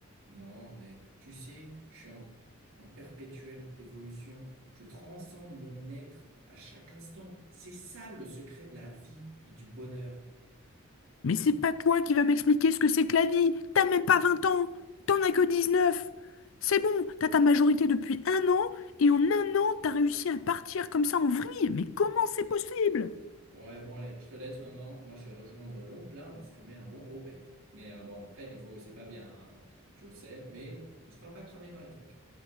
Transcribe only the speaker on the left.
Mais c'est pas toi qui vas m'expliquer ce que c'est que la vie. T'as même pas 20 ans. T'en as que 19. C'est bon, t'as ta majorité depuis un an et en un an, t'as réussi à partir comme ça en vrille. Mais comment c'est possible?